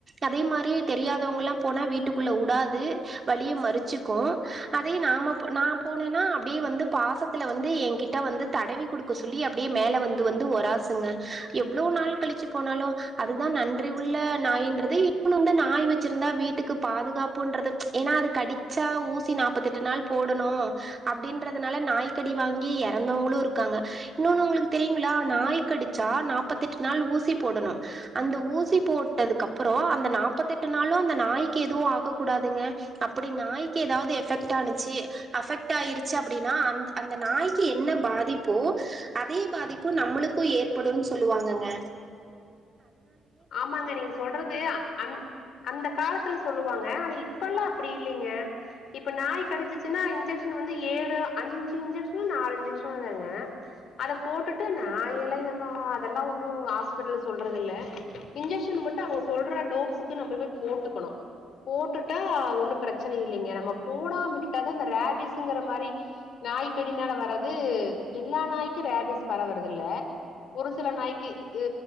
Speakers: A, on the right (about 30°); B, on the left (about 70°).
A: அதே மாரி தெரியாதவங்க எல்லா போனா வீட்டுக்குள்ள உடாது வழிய மறிச்சுக்கு அதே நாம போ நா போனேன்னா அப்படியே வந்து பாசத் த்துல வந்து என்கிட்ட வந்து தடவி குடுக்க சொல்லி அப்படியே மேல வந்து வந்து ஒராசுங்க எவ்ளோ நாள் கழிச்சு போனாலு அதுதா நன்றி உள்ள நாய்ன்றது இன்னொ உன்டு நாய் வச்சிருந்தா வீட்டுக்கு பாதுகாப்புன்றது ஏனா அது கடிச்சா ஊசி சி நாப்பத்தெட்டு நாள் போடணு அப்படின்றதுனால நாய் கடி வாங்கி எறந்தவங்களு இருக்காங்க இன்னொன்னு உங்களுக்கு தெரியுங்களா நாய் கடிச்சா நாப்பத்தி எட்டு நாள் ஊசி போடணு அந்த ஊசி போட்டதுக்கு அப்புறோ அந்த நாப்பத்தி எட்டு நாளு அந்த நாய்க்கு எதுவு ஆகக்கூடாதுங்க அப்படி நாய்க்கு ஏதவது எஃபெக்ட் ஆனுச்சி அஃபெக்ட் ஆயிருச்சி அப்படின்னா அந்த அந்த நாய்க்கு என்ன பாதிப்போ அதே பாதிப்பு நம்மளுக்கு ஏற்படுனு சொல்லு வாங்கங்க
B: ஆமாங்க நீங்க சொல்றது அந் அந்த காலத்துல சொல்லு லுவாங்க ஆனா இப்பல்லா அப்படி இல்லங்க இப்ப நாய் கடிச்சிச்சுன்னா இன்ஜெக்ஷன் வந்து ஏழு அஞ்சு இன்ஜெக்ஷனோ நாலு இன்ஜெக்ஷனோ தாங்க அத போட்டுட்டு நா எல்வா எம்மா அதெல்லா ஒன்னு ஹாஸ்பிட்டல்ல சொல்றது இல்ல இன்ஜெக்ஷன் மட்டு அவுங்க சொல்ற டோஸுக்கு நம்ம போய் போட்டுக்கணு போட்டுட்டா ஒன்னு பிரச்சன இல்லைங்க நம்ம போடாம விட்டுட்டா தா அந்த ரேபீஸ்ங்கற மாரி நாய்க்கடினால வர்றது எல்லா நாய்க்கு ரேபிஸ் பரவவுறது இல்ல ஒரு சில நாய்க்கு இ